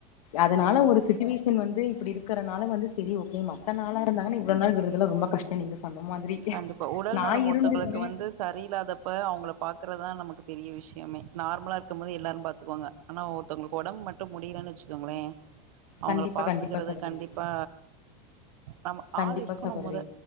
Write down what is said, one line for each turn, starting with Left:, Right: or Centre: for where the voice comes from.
Left: அதனால
Right: ஓ
Left: ஒரு சுச்சுவேஷன் வந்து இப்படி இருக்கறனால வந்து சரி ஓகே மத்த நாள இருந்தாங்க இவ்ள நாள் விரதுல ரொம்ப கஷ்டம் நீங்க சொன்ன மாதிரி
Right: கண்டிப்பா உடல்
Left: நா
Right: நலம்
Left: இருந்திருந்தே
Right: ஒரத்தங்களுக்கு வந்து சரியில்லாதப்ப அவங்கள பாக்க தான் நமக்கு பெரிய விஷயமே நார்மலா இருக்கும் போது எல்லாரும் பாத்தக்காங்க ஆனா ஒருத்தங்களுக்கு உடம்ப மட்டும் முடியலன்னுச்ச ங்களே அவங்கள
Left: கண்டிப்பா
Right: பாத்துக்கிறது
Left: கண்டிப்பா சகோதரி
Right: கண்டிப்பா நம்ம
Left: கண்டிப்பா
Right: ஆள் இருக்கணும்
Left: சகோதரி
Right: மொத